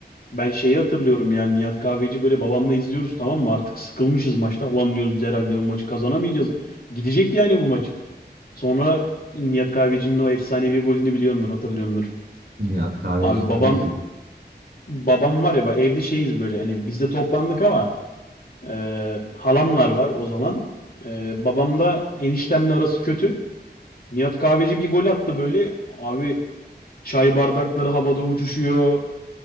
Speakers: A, on the left; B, on the right.
A: Ben şeyi hatırlıyorum yani Nihat Kahveci böyle babamla izliyoruz tamam mı? Artık sıkılmışız maçtan. Ulan diyoruz biz herhalde bu maçı kazanamayacağız. Gidecek yani bu maç. Sonra Nihat Kahveci'nin o efsanevi golünü biliyordur, hatırlıyordur.
B: Nihat Kahveci
A: Abi
B: tabii
A: babam
B: ki
A: babam var ya bak evde şeyiz böyle hani biz de toplandık ama e, halamlar var o zaman. E, babam da eniştemle arası kötü. Nihat Kahveci bir gol attı böyle. Abi çay bardakları havada uçuşuyor.